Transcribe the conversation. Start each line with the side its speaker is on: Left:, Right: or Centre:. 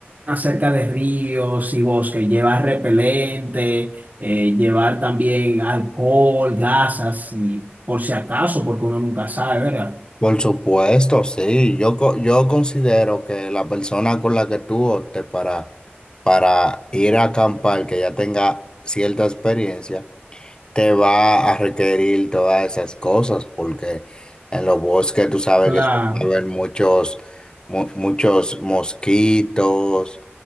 Right: cerca de ríos y bosques, llevar repelente, eh, llevar también alcohol, gasas, y por si acaso, porque uno nunca sabe, ¿verdad?
Left: Por supuesto, sí. Yo, co- yo considero que la persona con la que tú optes para, para ir a acampar, que ya tenga cierta experiencia, te va a requerir todas esas cosas, porque en los bosques tú sabes
Right: Claro.
Left: que suelen haber muchos, mu- muchos mosquitos